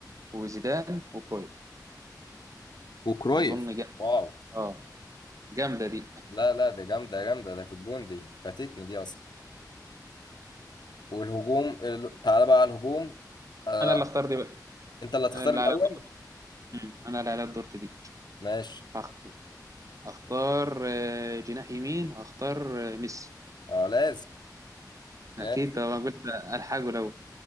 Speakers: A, on the right; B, on the left.
A: وزيدان وكرويف
B: وكرويف
A: اظن جامده
B: واو
A: اه جامده دي
B: لا لا ده جامده جامده ده في الجون دي فاتتني دي اصلا والهجوم ال- تعالى بقى على الهجوم آه.
A: انا اللي اختار دي بقى
B: انت اللي هتختار
A: أنا اللي
B: الاول
A: على مم. انا اللي على الدور في دي
B: ماشي
A: هخ- هختار آه، جناح يمين هختار آه، ميسي
B: اه لازم لازم
A: اكيد ده انا قلت الحاجه لو